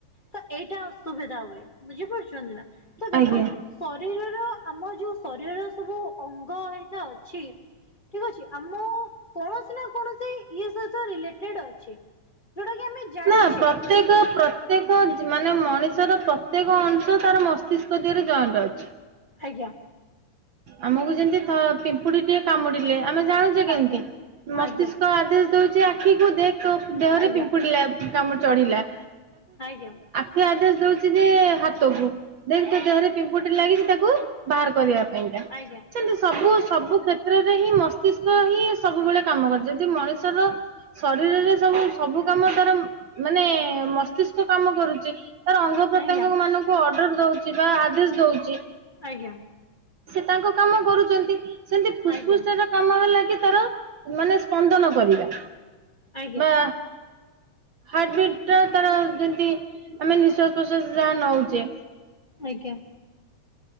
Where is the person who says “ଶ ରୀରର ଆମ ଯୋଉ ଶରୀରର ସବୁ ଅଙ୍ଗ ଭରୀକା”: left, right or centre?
Left